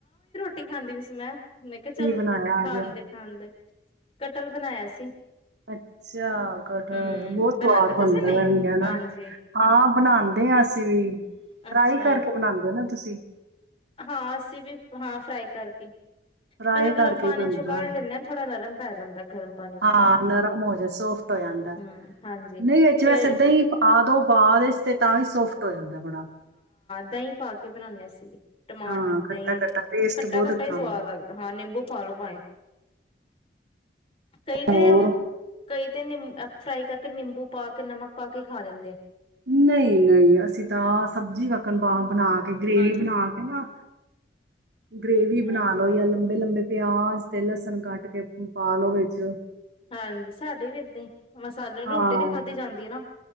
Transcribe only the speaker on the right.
ਕੀ ਬਣਾਇਆ
ਅੱਜ
ਅੱਛਾ ਕਟਲ,
ਬਹੁਤ
ਸਵਾਦ
ਬਣਦਾ
ਹੈ। ਵੀ ਹਨਾ
ਹਾਂ ਬਣਾਂਦੇ ਹਾਂ ਅਸੀਂ ਵੀ। ਫਰਾਈ
ਕਰਕੇ ਬਣਾਉਂਦੇ ਹੋ ਨਾ ਤੁਸੀਂ। ਹੀ।
ਫਰਾਈ
ਕਰਕੇ
ਹੀ ਬਣਦਾ
ਹਾਂ
ਨਰਮ ਹੋ ਜਾ ਸੌਫਟ ਹੋ ਜਾਂਦਾ
ਨਹੀਂ ਵਿੱਚ
ਬਸ ਏਦਾਂ
ਹੀ ਪਾ ਦੋ ਬਾਅਦ ਇੱਚ ਤੇ ਤਾਂ ਵੀ ਸੋਫ ਹੋ ਜਾਂਦਾ ਬੜਾ
ਹਾਂ
ਖੱਟਾ ਖੱਟਾ ਟੇਸਟ
ਬਹੁਤ ਅੱਛਾ
ਆਉਂਦਾ
ਹੋਰ
ਨਹੀਂ, ਨਹੀਂ ਅਸੀਂ ਜਿਦਾਂ ਸਬਜ਼ੀ ਵਕਣ ਬਣਾ ਕੇ ਗ੍ਰੇਵੀ
ਬਣਾ ਕੇ ਨਾ ਗ੍ਰੇਵੀ
ਬਣਾ ਲਓ ਜਾਂ ਲੰਬੀ ਲੰਬੇ ਲੰਬੇ ਪਿਆਜ ਤੇ ਲਸਣ ਕੱਟ ਕੇ ਪਾਾਲੋ ਵਿੱਚ
ਹਾਂ